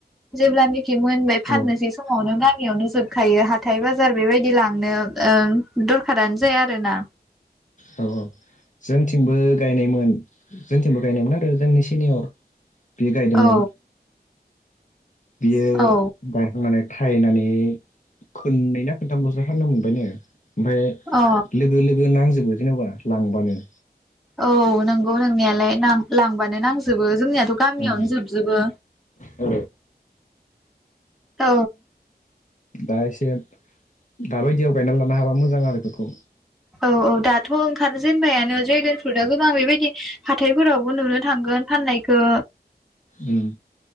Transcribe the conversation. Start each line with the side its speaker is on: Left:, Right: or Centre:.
Centre: जेब्लानाखि मोनबाय फाननोसै
Left: औ
Centre: समावनो गामियावनो जोबखायो । हाथाय बाजार बेबायदि लांनो ओ दरखारानो जाया आरो ना।
Left: औ औ। जोंथिंबो गायनायमोन जोंथिंबो गायनायमोन आरो जोंनि सिनियर बे गायदोंमोन।
Centre: औ
Left: बियो
Centre: औ
Left: गायखांनानै। थायनानै खननैना खोनथामलसो हानो मोनबायनो। ओमफ्राय
Centre: अ
Left: लोगो लोगो नांजोबो जेनेबा लांबानो।
Centre: औ नंगौ नोंनियालाय लांबानो नांजोबो जोंनिया थ' गामियावनो
Left: ओं
Centre: जोबजोबो।
Left: औ
Centre: औ।
Left: दा एसे दाबायदियाव गायना लानो हाबा मोजां आरो बेखौ।
Centre: औ औ दाथ' ओंखारजेनबायानो ड्रेगन फ्रुटआ गोबां बेबायदि। हाथाइफोरावबो नुनो थांगोन फाननायखौ।
Left: उम।